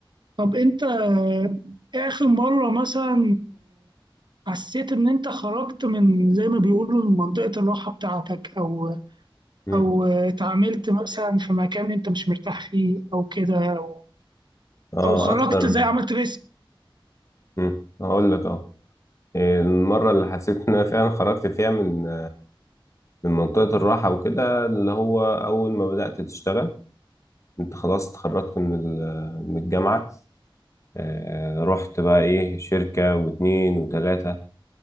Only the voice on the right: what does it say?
طب انت آه، ايه اخر مرة مثلا آه، حسيت ان انت خرجت من زي ما بيقولوا من منطقة الراحة بتاعتك او
او آه، اتعاملت مثلا في مكان انت مش مرتاح فيه او كده او
او خرجت
زي عملت ريسك